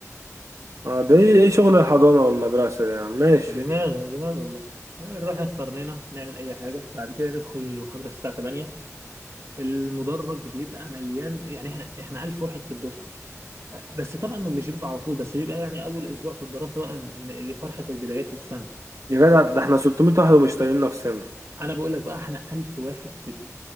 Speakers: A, on the right; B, on the right.
A: اه ده ايه إيه شغل الحضانة والمدرسة دي يا عم ماشي
B: دماغ دماغ والله نروح نفطر لنا نعمل اي حاجه بعد كده ندخل المحاضره الساعه 8 المدرج بيبقى مليان يعني احنا احنا 1000 واحد في الدفعه بس طبعا مش بيبقى على طول بس بيبقى يعني اول اسبوع في الدراسه بقى إن- إن فرحه بدايات السنه
A: يا جدع ده احنا 600 واحد ومش طايقين نفسنا
B: انا بقول لك بقى احنا 1000 واحد في